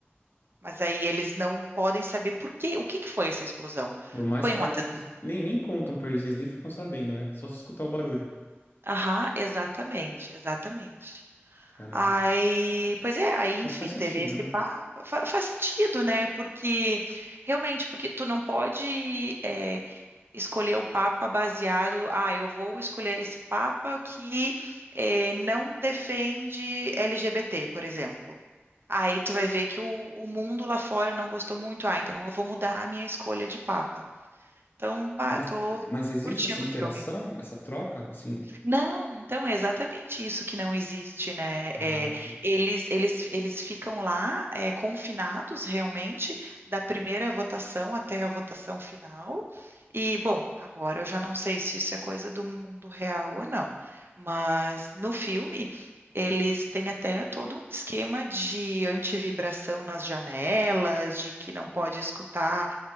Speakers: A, on the right; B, on the left.
A: mas aí eles não podem saber por quê, o que que foi essa explosão?
B: por mais
A: Foi
B: perto
A: um atentado?
B: que. Nem, nem contam pra eles, eles nem ficam sabendo, né? Só se escutar o barulho.
A: Aham, exatamente, exatamente.
B: Caramba.
A: Aí, pois é, aí, enfim,
B: Mas faz sentido,
A: teve esse
B: né?
A: papo. Fa- faz sentido, né? Porque, realmente, porque tu não pode é, escolher o papa baseado, ah, eu vou escolher esse papa que é, não defende LGBT, por exemplo. Aí tu vai ver que o, o mundo lá fora não gostou muito, ah, então eu vou mudar a minha escolha de papa. Então, bah,
B: Mas,
A: tô
B: mas existe
A: curtindo
B: essa interação,
A: o filme.
B: essa troca? Assim.
A: Não, então é exatamente isso que não existe, né?
B: Ah,
A: É,
B: assim,
A: eles, eles, eles ficam lá, é, confinados realmente da primeira votação até a votação final. E, bom, agora eu já não sei se isso é coisa do mundo real ou não, mas no filme eles têm até todo um esquema de antivibração nas janelas, de que não pode escutar